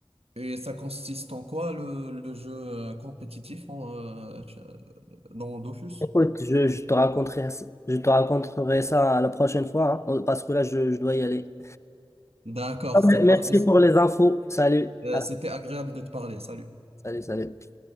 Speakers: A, on the right (about 85°); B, on the left (about 30°).
A: Et ça consiste en quoi le, le jeu euh, compétitif en, euh, dans Dofus?
B: Écoute, je, je te raconterai je te raconterai ça la prochaine fois hein, parce que là je, je dois y aller.
A: D'accord,
B: Ah,
A: c'est
B: mais Merci
A: parfait.
B: pour les infos. Salut.
A: Euh,
B: Voilà.
A: c'était agréable de te parler. Salut.
B: Salut, salut.